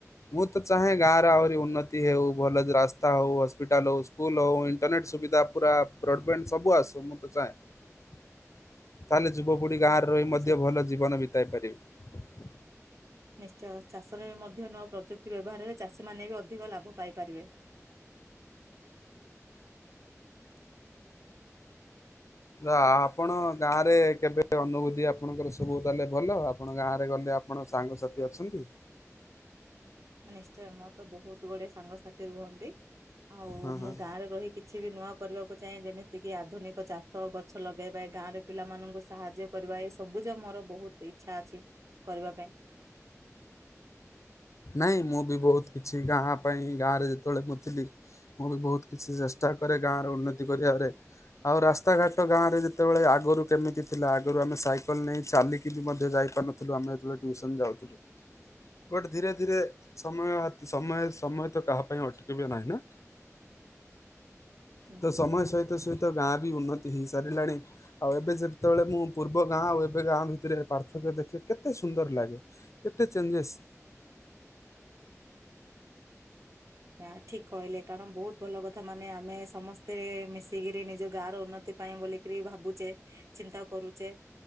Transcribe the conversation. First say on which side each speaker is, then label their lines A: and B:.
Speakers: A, on the left (about 70°); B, on the right (about 70°).
A: ମୁଁ ତ ଚାହେଁ ଗାଁରେ ଆହୁରି ଉନ୍ନତି ହଉ ଭଲ ରାସ୍ତା ହଉ, ହସ୍ପିଟାଲ୍ ହଉ, ସ୍କୁଲ ହଉ, ଇଣ୍ଟରନେଟ୍ ସୁବିଧା ପୁରା <unintelligible> ସବୁ ଆସୁ ମୁଁ ତ ଚାହେଁ। ତାହେଲେ ଯୁବପିଢ଼ି
B: ହୁଁ
A: ଗାଁରେ ରହି ମଧ୍ୟ
B: ସେ
A: ଭଲ ଜୀବନ ବିତାଇ ପାରିବେ।
B: ନିଶ୍ଚୟ ଚାଷରେ ମଧ୍ୟ ନୂଆ ପ୍ରଯୁକ୍ତି ବ୍ୟବହାରରେ ଚାଷୀମାନେ ବି ଅଧିକ ଲାଭ ପାଇପାରିବେ।
A: ଆପଣ ଗାଁ ରେ କେବେ ଅନୁଭୂତି ଆପଣଙ୍କର ସବୁ ତାହେଲେ ଭଲ ଆପଣ ଗାଁ ରେ ଗଲେ ଆ ଆପଣ ସାଙ୍ଗସାଥି ଅଛନ୍ତି?
B: ନିଶ୍ଚୟ ମୋର ତ ବହୁତ୍ ଗୁଡ଼ିଏ ସାଙ୍ଗସାଥି ରୁହନ୍ତି ଆଉ
A: ହଁ ହଁ
B: ମୁଁ ଗାଁରେ ରହି କିଛି ବି ନୂଆ କରିବାକୁ ଚାହେଁ ଯେମିତି କିି ଆଧୁନିକ ଚାଷ ଗଛ ଲଗେଇବା ଗାଁରେ ପିଲାମାନଙ୍କୁ ସାହାଯ୍ୟ କରିବା ଏ ସବୁ ଯେ ମୋର ବହୁତ୍ ଇଚ୍ଛା ଅଛି କରିବା ପାଇଁ।
A: ନାଇଁ ମୁଁ ବି ବହୁତ୍ କିଛି ଗାଁ ପାଇଁ ଗାଁ ରେ ଯେତେବେଳେ ମୁଁ ଥିଲି ମୁଁ ବି ବହୁତ୍ କିଛି ଚେଷ୍ଟା କରେ ଗାଁ ର ଉନ୍ନତି କରିବାରେ। ଆଉ ରାସ୍ତାଘାଟ ଗାଁ ରେ ଯେତେବେଳେ ଆଗରୁ କେମିତି ଥିଲା ଆଗରୁ ଆମେ ସାଇକେଲ ନେଇ ଚାଲିକି ବି ମଧ୍ୟ ଯାଇପାରୁୁ। ଥିଲୁ ଆମେ ଯେତେବେଳେ ଟ୍ୟୁସନ୍ ଯାଉଥିଲୁ। ବଟ ଧୀରେ ଧୀରେ ସମୟ ସମୟ ସମୟ ତ କାହା ପାଇଁ ଅଟକିବେ ନାହିଁ ନା।
B: ହୁଁ
A: ତ
B: ହୁଁ।
A: ସମୟ ସହିତ ସହିତ ଗାଁ ବି ଉନ୍ନତି ହେଇସାରିଲାଣି। ଆଉ ଏବେ ଯେତେବେଳେ ମୁଁ ପୂର୍ବ ଗାଁ ଆଉ ଏବେ ଗାଁ ଭିତରେ ପାର୍ଥକ୍ୟ ଦେଖେ କେତେ ସୁନ୍ଦର ଲାଗେ। କେତେ ଚେଞ୍ଜେସ୍।
B: ଆ ଠିକ୍ କହିଲେ କାରଣ ବହୁତ୍ ଭଲ କଥା ମାନେ ଆମେ ସମସ୍ତେ ମିଶିକିରି ନିଜ ଗାଁ ର ଉନ୍ନତି ପାଇଁ ବୋଲିକିରି ଭାବୁଛେ ଚିନ୍ତା କରୁଛେ।